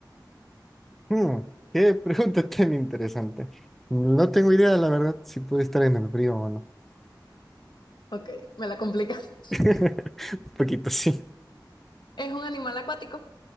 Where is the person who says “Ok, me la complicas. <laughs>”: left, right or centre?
Left